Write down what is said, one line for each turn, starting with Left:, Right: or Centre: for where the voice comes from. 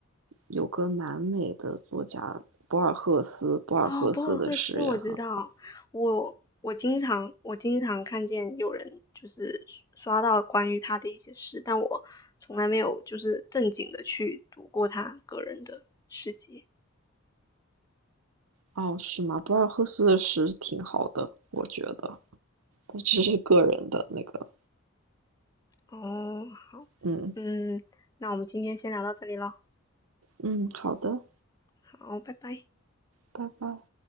Right: 有个南美的作家博尔赫斯，博尔赫斯的诗也很好。
Left: 哦，博尔赫兹我知道，我我经常我经常看见有人就是刷到关于他的一些事，但我从来没有就是正经的去读过他个人的诗集。
Right: 哦，是吗？博尔赫斯的诗挺好的，我觉得，但这是个人的那个，
Left: 哦，好，
Right: 嗯
Left: 嗯，那我们今天先聊到这里了，
Right: 嗯，好的，
Left: 好，拜拜。
Right: 拜拜。